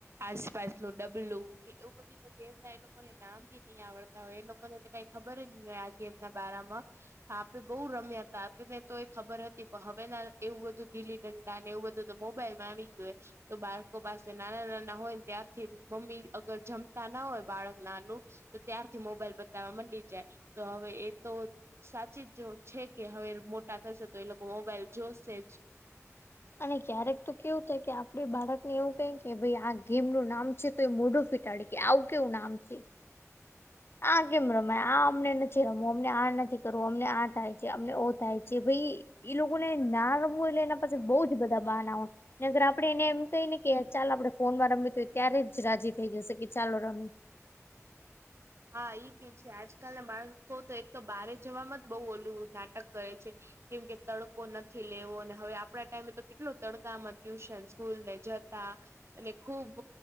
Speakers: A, on the right (about 50°); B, on the left (about 45°).
A: આસપાસ નું ડબલું કે એવું બધું ગેમ ના એ લોકોને નામ નહી આવડતા હોય એ લોકોને કઈ ખબર જ નહી હોય આ ગેમના બારામાં. હા આપ‌ળે બઉુ રમ્યા હતા આપેને તો એ ખબર હતી પણ હવે ના એવું બધું ગીલી દંડા ને એવું બધું મોબાઈલ માં આવી ગય હો તો બાળકો પાસે નાના નાના હોય ને ત્યારથી મમ્મી અગર જમ ના હોય બાળક નાનું તો ત્યારથી મોબાઈલ બતાવવા માંડી તો હવે એ તો સાચી જ છે કે હવે મોટા થશે તો એ લોકો મોબાઈલ જોશે જ.
B: અને ક્યારેક તો કેવું થાય કે આપડે બાળકને એવું કહીએ કે ભાઈ આ ગેમ નું નામ છે તો એ મોઢું ફિટાડી કે આ કેવું નામ છે. આ કેમ રમાય આ અમને નથી રમવું અમને આ નથી કરવું અમને આ થાય છે અમને ઓ થાય છે ભાઈ એ લોકો ને ના ર એટલે એના પાસે બહઉ જ બધા બહના હોય ને અગર આપડણે એને એમ કહી ને કે ચાલ આપણે ફોનમાં રમી ત્યારે જ રાજી થઈ જશે કે ચાલો રમે.
A: હા, ઈ બી છે, આજકાલ ના બાળકો તો એક તો, બારે જવામાં જ બહુ ઓલું નાટક કરે છે. કેમ કે તડકો નથી લેવો, અને હવે આપણા ટાઈમે તો કેટલો તડકામાં, ટ્યુશન, સ્કૂલ ને જતા. અને ખુબ